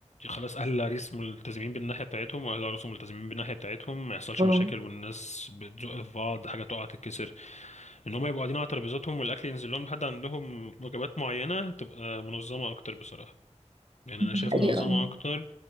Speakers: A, on the left (about 70°); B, on the right (about 45°).
A: خلاص اهل العريس ملتزمين بالناحيه بتاعتهم واهل العروس ملتزمين بالناحيه بتاعتهم ما يحصلش
B: اه
A: مشاكل والناس بتزق في بعض حاجه تقع تتكسر ان هم يبقوا قاعدين على ترابيزاتهم والاكل ينزل لهم لحد عندهم وجبات معينه تبقى منظمه اكتر بصراحه يعني انا
B: دي
A: شايفها
B: حقيقة
A: منظمه
B: اه
A: اكتر